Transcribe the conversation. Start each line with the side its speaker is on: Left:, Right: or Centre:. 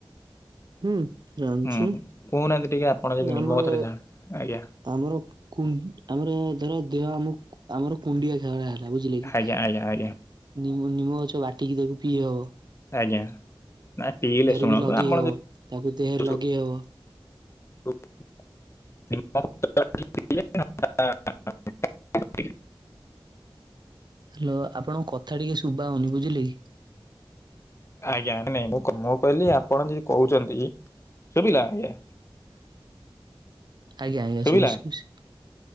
Right: ହୁଁ ଜାଣିଛି।
Left: ହୁଁ କହୁନାହାନ୍ତି ଟିକେ ଆପଣ ଯଦି
Right: ଆମର
Left: ନିମ ଗଛରେ ଜାଣ ଆଜ୍ଞା
Right: ଆମର କୁ ଆମର ଧର ଦେହ ଆମକୁ ଆମର କୁଣ୍ଡିଆ ଘାଉଡ଼ା ହେଲା ବୁଝିଲେ କି
Left: ଆଜ୍ଞା ଆଜ୍ଞା ଆଜ୍ଞା।
Right: ନିମ୍ମ ନିମ୍ମ ଗଛ ବାଟିକି ଦେବୁ ପିିଈହବ।
Left: ଆଜ୍ଞା ନାଇ ପିଇଲେ ଶୁଣନ୍ତୁ
Right: ବି ଲଗେଇ
Left: ଆପଣ
Right: ହବ ତାକୁ ଦେହରେ
Left: <unintelligible>
Right: ଲଗେଇ ହବ
Left: <unintelligible> <unintelligible>
Right: ହ୍ୟାଲୋ ଆପଣଙ୍କ କଥା ଟିକେ ଶୁଭା ହଉନି ବୁଝିଲେ କି?
Left: ଆଜ୍ଞା ନାଇଁ ମୁଁ ମୁଁ କହିଲି ଆପଣ ଯଦି କହୁଛନ୍ତି ଶୁଭିଲା ଆଜ୍ଞା।
Right: <unintelligible> ଆଜ୍ଞା ଆଜ୍ଞା
Left: ଶୁଭିଲା
Right: ଶୁୁଭୁଛି ଶୁଭୁଛି।